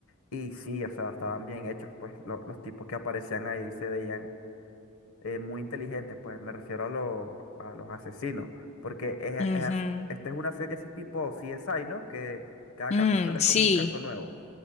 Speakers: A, on the left; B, on the left.
A: y sí, o sea, estaban bien hechos, pues lo- los tipos que aparecían ahí se veían eh, muy inteligentes, pues me refiero a los, a los asesinos, porque es,
B: Ujú.
A: es as- esta es una serie así tipo CSI, ¿no? Que cada
B: Mm,
A: capítulo
B: sí,
A: es como un caso nuevo.